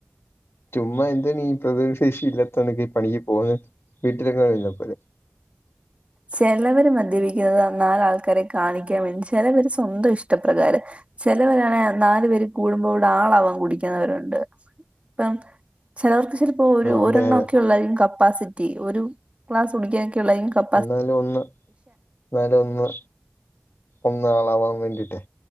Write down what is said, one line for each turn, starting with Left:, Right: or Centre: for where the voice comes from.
Left: ചുമ്മാ എന്താണീ പ്രധിരോധ ശേഷി ഇല്ലാത്തോനൊക്കെ ഈ പണിക്ക് പോകന്നത്. വീട്ടിലെങ്ങാനോം ഇരുന്നാ പോരെ
Right: ചെലവരു മദ്യപിക്കുന്നത് നാലാ ൾക്കാരെ കാണിക്കാൻ വേണ്ടി, ചെലവര് സ്വന്തം ഇഷ്ടപ്രകാരം. ചെലവരാണെ നാല് പേര് കൂടുമ്പവിടാളാവാൻ കുടിക്കന്നവരുണ്ട്. പ്പം ചെലവർക്ക് ചെലപ്പോ ഒരു
Left: ആഹ്
Right: ഒരെണ്ണ
Left: അതെ അതെ
Right: ക്കെ ഒള്ളാർക്കും കപ്പാസിറ്റി, ഒരു ക്ലാസ് കുടിക്കാനൊക്കെഒള്ളായിരിക്കും കപ്
Left: ഇന്നാലും ഒന്ന് ന്നാലും ഒന്ന്, ഒന്നാ ളാവാൻ വേണ്ടിട്ടേ.